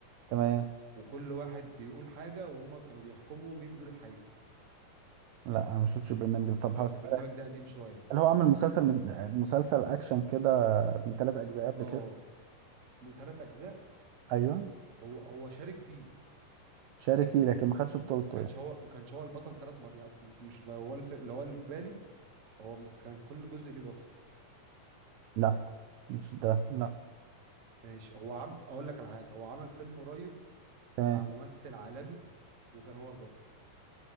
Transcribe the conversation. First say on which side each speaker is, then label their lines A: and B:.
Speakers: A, on the right; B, on the right.
A: تمام
B: وكل واحد بيقول حاجة وهم كانوا بيحكموا مين بيقول الحقيقة
A: لا انا ما شفتش البرنامج ده طب
B: بس
A: هسألك
B: البرنامج ده قديم شوية
A: هل هو عمل مسلسل من آه، مسلسل اكشن كده من ثلاث اجزاء قبل
B: اه
A: كده
B: من ثلاث أجزاء
A: ايوه
B: هو هو شارك فيه
A: شارك فيه لكن ما خدش بطولته
B: ما كانش
A: يعني
B: هو ما كانش هو البطل ثلاث مرات يعني أصل مش لو هو الف- لو هو اللي في بالي هو ما كان كل جزء ليه بطل
A: لا مش ده لا
B: ماشي هو عم اقول لك على حاجة هو عمل فيلم قريب
A: تمام
B: مع ممثل عالمي وكان هو البطل